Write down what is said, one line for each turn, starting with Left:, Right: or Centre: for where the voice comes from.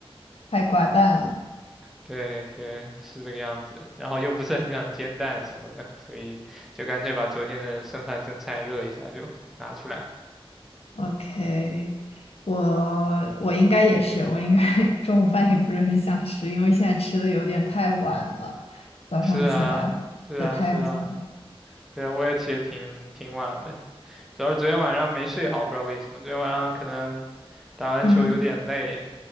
Left: 太寡淡了。
Centre: 对对，是这个样子。然后又不是很想煎蛋什么的，所以就干脆把昨天的剩饭剩菜热一下就拿出来。
Left: OK，我我应该也是，我应该 <laughs> 中午饭也不是很想吃，因为现在吃的有点太晚了，早上起来也太晚，
Centre: 是啊，是啊，是啊，对，啊，我也起得挺挺晚的，主要是昨天晚上没睡好，不知道为什么，昨天晚上可能打完球有点累，
Left: 嗯，